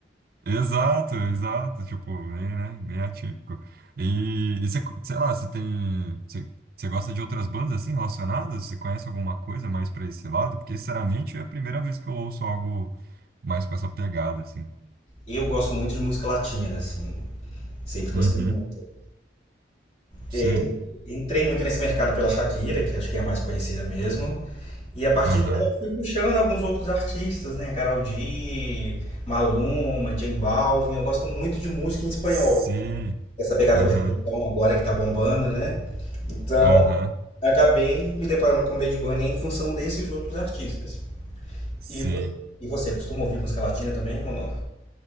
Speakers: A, on the right; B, on the left.
A: Exato, exato, tipo, bem, né, bem atípico. E, e você, sei lá, você tem, você, você gosta de outras bandas, assim, relacionadas? Você conhece alguma coisa mais para esse lado? Porque, sinceramente, é a primeira vez que eu ouço algo mais com essa pegada, assim.
B: Eu gosto muito de música latina, assim, sempre gostei
A: Uhum,
B: muito.
A: sim,
B: É, entrei muito nesse mercado pela Shakira, que acho que é a mais conhecida mesmo, e a partir
A: aham,
B: dela eu fui puxando alguns outros artistas, né? Karol G, Maluma, J Balvin, eu gosto muito de música em espanhol.
A: sim,
B: essa pegada
A: aham.
B: do reggaeton agora que tá bombando, né? Então,
A: Aham.
B: acabei me deparando com o Bad Bunny em função desses outros artistas.
A: Sim.
B: E você, e você costuma ouvir música latina também ou não?